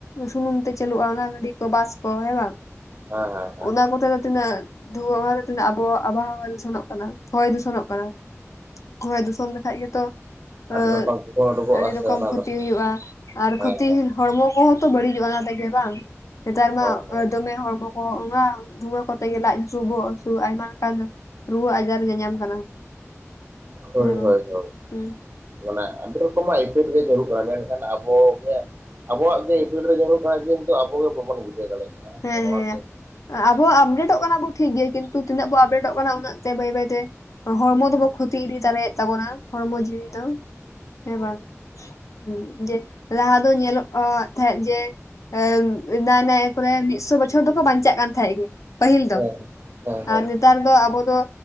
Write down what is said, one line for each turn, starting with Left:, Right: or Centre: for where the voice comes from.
Left: ᱥᱩᱱᱩᱢ ᱛᱮ ᱪᱟᱹᱞᱩᱜᱼᱟ ᱚᱱᱟ ᱜᱟᱹᱰᱤ ᱠᱚ ᱵᱟᱥ ᱠᱚ ᱦᱮᱸ ᱵᱟᱝ?
Right: ᱦᱮ ᱦᱮᱸ᱾ ᱦᱮᱸ
Left: ᱚᱱᱟ ᱠᱚᱛᱮ ᱫᱚ ᱛᱤᱱᱟᱹᱜ ᱫᱷᱩᱣᱟᱹ ᱚᱱᱟ ᱛᱮ ᱛᱤᱱᱟᱹᱜ ᱟᱵᱚ ᱟᱵᱚᱦᱟᱣᱟ ᱫᱷᱩᱥᱚᱱᱚᱜ ᱠᱟᱱᱟ ᱦᱚᱭ ᱫᱷᱩᱥᱚᱱᱚᱜ ᱠᱟᱱᱟ᱾ ᱦᱳᱭ ᱫᱷᱩᱥᱚᱱ ᱞᱮᱠᱷᱟᱡ ᱜᱮᱛᱚ,
Right: ᱟᱹᱰᱤ
Left: ᱮᱹᱜ
Right: ᱨᱚᱠᱚᱢ ᱛᱩᱠᱟᱹ ᱩᱰᱩᱠᱚᱜᱼᱟ
Left: ᱟᱹᱰᱤ
Right: ᱥᱮ
Left: ᱨᱚᱠᱚᱢ
Right: ᱚᱱᱟ
Left: ᱠᱷᱚᱛᱤ
Right: ᱫᱚ
Left: ᱦᱩᱭᱩᱜᱼᱟ ᱟᱨ
Right: ᱦᱮᱸ
Left: ᱠᱷᱚᱛᱤ
Right: ᱦᱮᱸ
Left: ᱦᱚᱲᱢᱚ ᱠᱚᱦᱚᱸ ᱛᱚ ᱵᱟᱹᱲᱤᱡᱚᱜᱼᱟ ᱚᱱᱟ ᱛᱮᱜᱮ ᱵᱟᱝ ᱱᱮᱛᱟᱨ ᱢᱟ
Right: ᱦᱳᱭ ᱦᱳᱭ
Left: ᱫᱚᱢᱮ ᱦᱚᱲᱢᱚ ᱠᱚ ᱚᱱᱟ ᱫᱷᱩᱣᱟᱹ ᱠᱚᱛᱮ ᱜᱮ ᱞᱟᱡ ᱦᱟᱹᱥᱩ ᱵᱚᱦᱚᱜ ᱦᱟᱹᱥᱩ ᱟᱭᱢᱟ ᱞᱮᱠᱟᱱ ᱨᱩᱣᱟᱹ ᱟᱡᱟᱨ ᱧᱟᱧᱟᱢ ᱠᱟᱱᱟ᱾
Right: ᱦᱳᱭ
Left: ᱦᱮᱸ ᱵᱟᱝ
Right: ᱦᱳᱭ ᱦᱳᱭ
Left: ᱦᱩᱸ
Right: ᱢᱟᱱᱮ ᱟᱹᱰᱤ ᱨᱚᱠᱚᱢᱟᱜ ᱤᱯᱷᱮᱴ ᱜᱮ ᱪᱟᱹᱞᱩᱜ ᱠᱟᱱᱟ ᱢᱮᱱᱠᱷᱟᱱ ᱟᱵᱚᱜᱮ ᱟᱵᱚᱣᱟᱜ ᱜᱮ ᱤᱯᱷᱮᱠᱴ ᱨᱮ ᱧᱩᱨᱩᱜ ᱠᱟᱱᱟ ᱠᱤᱱᱛᱩ ᱟᱵᱚ ᱜᱮ ᱵᱟᱵᱚᱱ ᱵᱩᱡᱷᱟᱹᱣ ᱫᱟᱲᱮᱭᱟᱜ ᱠᱟᱱᱟ
Left: ᱦᱮᱸ
Right: ᱥᱮ ᱱᱚᱣᱟ
Left: ᱦᱮᱸ
Right: ᱜᱮ
Left: ᱟᱵᱚᱣᱟᱜ ᱟᱯᱰᱮᱴᱚᱜ ᱠᱟᱱᱟ ᱵᱚᱱ ᱴᱷᱤᱠ ᱜᱮᱭᱟ ᱠᱤᱱᱛᱩ ᱛᱤᱱᱟᱹᱜ ᱵᱚᱱ ᱟᱯᱰᱮᱴᱚᱜ ᱠᱟᱱᱟ ᱩᱱᱟᱹᱜ ᱛᱮ ᱵᱟᱹᱭ ᱵᱟᱹᱭ ᱛᱮ ᱦᱚᱲᱢᱚ ᱫᱚᱵᱚ ᱠᱷᱚᱛᱤ ᱤᱫᱤ ᱛᱟᱨᱟᱭᱮᱫ ᱛᱟᱵᱚᱱᱟ ᱦᱚᱲᱢᱚ ᱡᱤᱣᱤ ᱫᱚ ᱦᱮᱸ ᱵᱟᱝ ᱦᱩᱸ ᱡᱮ ᱞᱟᱦᱟ ᱫᱚ ᱧᱮᱞᱚᱜ ᱚᱻ ᱛᱟᱦᱮᱸᱫ ᱡᱮ ᱮ ᱱᱟᱭ ᱱᱟᱭ ᱠᱚᱨᱮ ᱢᱤᱫᱥᱚ ᱵᱚᱪᱷᱚᱨ ᱫᱚᱠᱚ ᱵᱟᱧᱪᱟᱜ ᱠᱟᱱ ᱛᱟᱦᱮᱸᱫ ᱜᱮ ᱯᱟᱹᱦᱤᱞ
Right: ᱦᱮᱸ
Left: ᱫᱚ
Right: ᱦᱮᱸ
Left: ᱟᱨ
Right: ᱦᱮᱸ
Left: ᱱᱮᱛᱟᱨ ᱫᱚ ᱟᱵᱚ ᱫᱚ